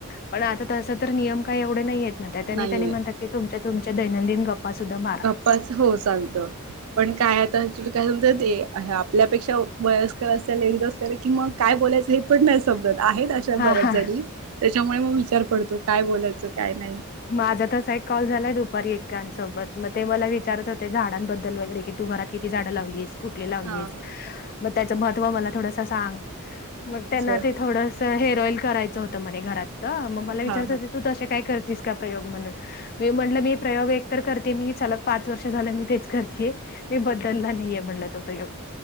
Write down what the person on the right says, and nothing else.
नाहीये
च हो चालत.. पण काय आता, तु काय समज ते आपल्यापेक्षा वयस्कर अस लेडीज असल्या रेऽ कि मग काय बोलायचं हे पण नाही समजत,, आहेतऽ
बऱच
झाली त्याच्यामुळे मग विचार पडतो काय बोलायचं काय नाही.
हा
अच्छा
हा हा